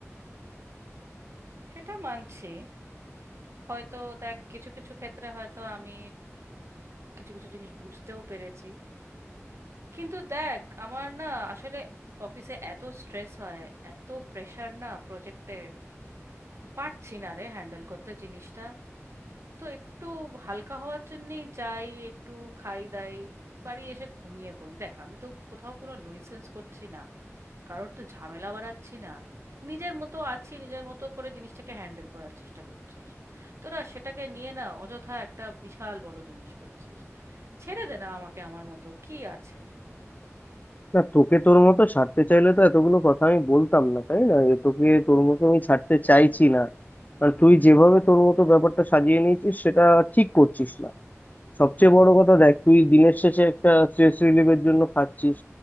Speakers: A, on the right; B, on the left.
A: সেটা মানছি হয়তো দেখ কিছু কিছু ক্ষেত্রে হয়তো আমি কিছু কিছু জিনিস বুঝতেও পেরেছি কিন্তু দেখ আমার না আসলে অফিসে এত স্ট্রেস হয় এত প্রেশার না প্রজেক্টের পারছি না রে হ্যান্ডেল করতে জিনিসটা তো একটু হালকা হওয়ার জন্যেই যাই একটু খাই দাই বাড়ি এসে ঘুমিয়ে পড়ি দেখ আমি তো কোথাও কোনো নইসেন্স করছি না কারোর তো ঝামেলা বাড়াচ্ছি না নিজের মতো আছি নিজের মতো করে জিনিসটাকে হ্যান্ডেল করার চেষ্টা করছিস তোরা সেটাকে নিয়ে না অযথা একটা বিশাল বড় জিনিস করছিস ছেড়ে দে না আমাকে আমার মতো কি আছে
B: না তোকে তোর মতো ছাড়তে চাইলে তো এতগুলো কথা আমি বলতাম না তাই না এ তোকে তোর মতো আমি ছাড়তে চাইছি না কারণ তুই যেভাবে তোর মতো ব্যাপারটা সাজিয়ে নিয়েছিস সেটা ঠিক করছিস না সবচেয়ে বড় কথা দেখ তুই দিনের শেষে একটা স্ট্রেস রিলিফের জন্য খাচ্ছিস